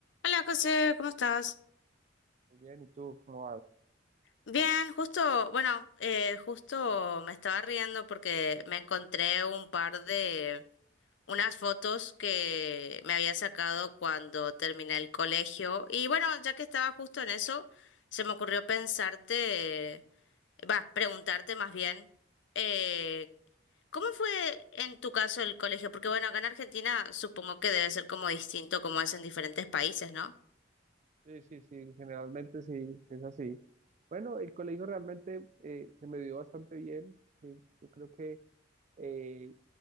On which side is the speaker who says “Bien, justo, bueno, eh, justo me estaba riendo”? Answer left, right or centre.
Left